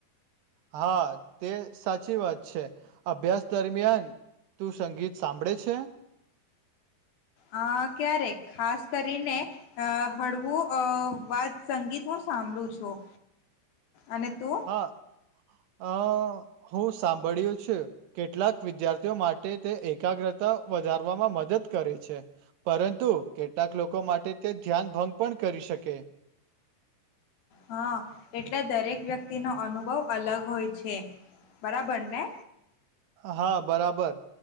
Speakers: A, on the right; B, on the left.
A: હા, તે સાચી વાત છે. અભ્યાસ દરમિયાન તું સંગીત સાંભળે છે?
B: આ ક્યારેક ખાસ કરીને અ હળવું અ વાત સંગીત હું સાંભળું છું. અને તું?
A: હા, અ હું સાંભળ્યું છે કેટલાક વિદ્યાર્થીઓ માટે તે એકાગ્રતા વધારવામાં મદદ કરે છે, પરંતુ કેટલાક લોકો માટે તે ધ્યાન ભંગ પણ કરી શકે.
B: હા, એટલે દરેક વ્યક્તિ નો અનુભવ અલગ હોય છે, બરાબર ને?
A: હા, બરાબર.